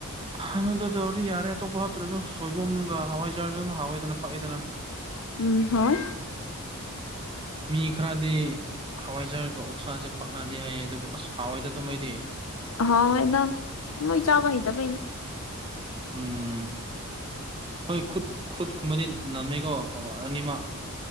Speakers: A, on the right; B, on the left.
A: ꯍꯗ ꯇꯧꯔꯗꯤ ꯌꯥꯔꯦ ꯑꯇꯣꯞꯄ ꯍꯥꯞꯇ꯭ꯔꯁꯨ ꯁꯣꯏꯕꯨꯝꯒ ꯍꯋꯥꯏꯖꯥꯔꯁꯨ ꯑꯃ ꯍꯥꯎꯋꯏꯗꯅ ꯄꯥꯛꯏꯗꯅ
B: ꯎꯝ ꯍꯥꯎ
A: ꯃꯤ ꯈꯔꯗꯤ ꯍꯋꯥꯏꯖꯥꯔꯒ ꯑꯣꯛꯁꯥꯁꯦ ꯄꯥꯛꯅꯗꯦ ꯍꯥꯏꯌꯦ ꯑꯗꯨꯕꯨ ꯑꯁ ꯍꯋꯥꯏꯗ ꯑꯗꯨ ꯃꯩꯗꯤ
B: ꯍꯥꯎ ꯑꯦꯗ ꯃꯣꯏ ꯆꯥꯕꯍꯤꯗꯕꯅꯤ
A: ꯎꯝ ꯍꯣꯏ ꯈꯨꯠ ꯈꯨꯠ ꯀꯨꯝꯕꯗꯤ ꯅꯝꯃꯦꯀꯣ ꯑꯣ ꯑꯅꯤꯃꯛ